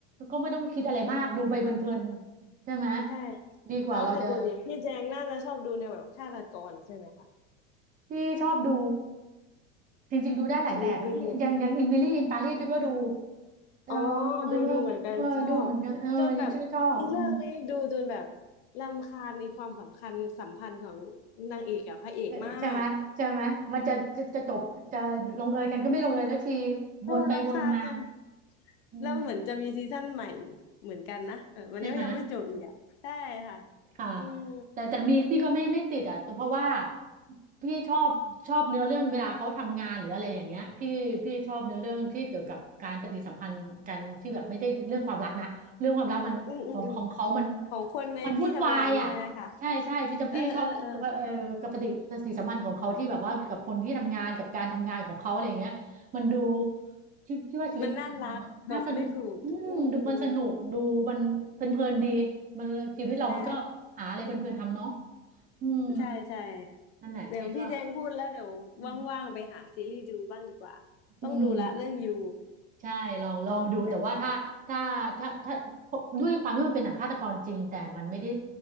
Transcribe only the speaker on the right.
ก็ไม่ต้องคิดอะไรมากดูไปเพลินๆใช่ไหม
ดีกว่าเราจะ
พี่ชอบดูจริงๆดูได้หลายแบบอะอย่างอย่างอิมิลี่อินปารีสพี่ก็ดู
เออ
มันว่าเออดูเหมือนกันเออชื่นชอบอืม
เอ่อใช่ไหมใช่ไหมมันจะจะจะจบจะลงเอยกันก็ไม่ลงเอยสักที
วนไปวนมาอืม
ใช่ไหม ค่ะ
แต่แต่มีพี่ก็ไม่ไม่ติดอ่ะเพราะว่าพี่ชอบชอบเนื้อเรื่องเวลาเขาทำงานหรืออะไรอย่างเงี้ยพี่พี่ชอบเนื้อเรื่องที่เกี่ยวกับการปฏิสัมพันธ์กันที่แบบไม่ใช่เรื่องความรักนะเรื่องความรักมันของของเขามัน
มันวุ่นวายอ่ะใช่ใช่พี่จะพี่ชอบเอ่อกับปฏิปฏิสัมพันธ์ของเขาที่แบบว่ากับคนที่ทำงานกับการทำงานของเขาอะไรอย่างเงี้ยมันดู
พี่พี่ว่าชีวิตเขาทำงานมันน่าสนุก
อืมดูมันสนุก ดูมันเพลินๆดีมันชีวิตเรามันก็หาอะไรเพลินๆทำเนาะ
อืม
นั่นแหละพี่ก็
อืม
อืม ใช่ลองลองดูแต่ว่าถ้าถ้าถ้าถ้า
ด้วยความที่มันเป็นหนังฆาตกรจริงแต่มันไม่ได้